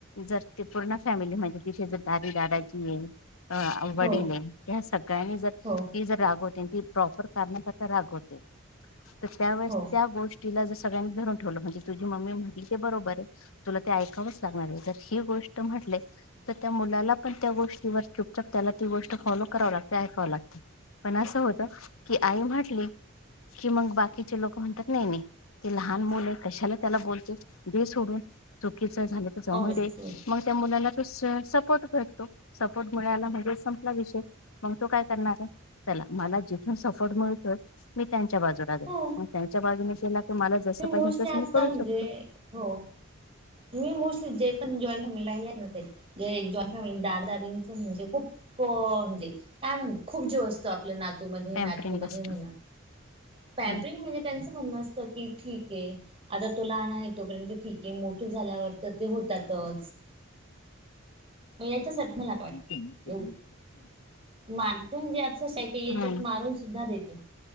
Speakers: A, on the left; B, on the right.
A: जर ती पूर्ण फॅमिली म्हणजे तिची जर, दादी दादाजी आहे. अ वडील
B: हो
A: य ह्या सगळ्यांनी जर
B: हो
A: ती जर रागव ते ती प्रॉपर कारणा करता रागवते तर, त्यावेळेस
B: हो
A: त्या गोष्टी तिला ज सगळ्यांनी धरून ठेवलं म्हंजे तुझी मम्मी म्हटली ते बरोबरय, तुला ते ऐकावंच लागणारं आहे जर ही गोष्ट स्पष्ट म्हटले त त्या मुलाला पण त्या गोष्टींवर चुपचप त्याला, ती गोष्ट फॉलो कराव लागते ऐकाव लागते. पण असं होत की आई म्हटली की, मग बाकीचे लोक म्हणतात नाही नाही ते लहान मुलय कशाला त्याला बोलते? दे सोडून तो <unintelligible> झालं तर जाऊन
B: ऑब्विसली
A: दे मग त्या मुलाला तो स सपोर्ट भटतो सपोर्ट मिळाला म्हणजे संपला विषय मगं, तो काय करणार आहे चला माला जिथून सपोर्ट मिळतो, मी त्यांच्या बाजूला जाईल
B: हो
A: त्यांच्या बाजूने केला तुम्हाला जसं
B: मी
A: पाहिजे
B: मोस्टली
A: तसं
B: आजकाल
A: मी करू
B: म्हणजे
A: शकतो.
B: हो मी मोस्टली जे पण जॉईंट फॅमिलीत राहिले आहेत ना, जे जॉईंट फॅमिलीत दादा दादीच म्हणजे खूप हो अ म्हणजे काय म्हण खूप जीव असतो, आपल्या नातूमध्ये
A: पॅम्परिंग
B: नातीमध्ये
A: असत
B: म्हणा. पॅम्परींग
A: हम्म
B: म्हणजे त्यांचं म्हण असं की ठीकए आता तो लहान आहे, तोपर्यंत ठीकए, मोठे झाल्यावर तर ते होतातच. म याच्यासाठी
A: <inaudible>
B: मला काय वाटतं <unintelligible> याच्यात
A: हम्म
B: मारून सुद्धा देते.